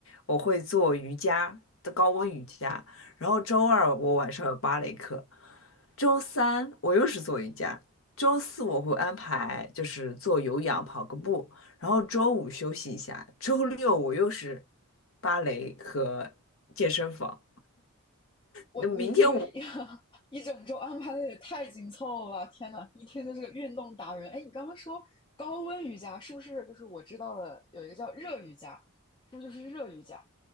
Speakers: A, on the left (about 65°); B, on the left (about 20°).
A: 我会做瑜伽的高温瑜伽，然后周二我晚上有芭蕾课，周三我又是做瑜伽，周四我会安排就是做有氧跑个步，然后周五休息一下，周六我又是芭蕾和健身房。
B: 我你这个
A: 那明天我
B: <laughs> 一整周安排的也太紧凑了吧！天呐，一听就是个运动达人。哎，你刚刚说高温瑜伽是不是就是我知道的有一个叫热瑜伽，是不是就是热瑜伽？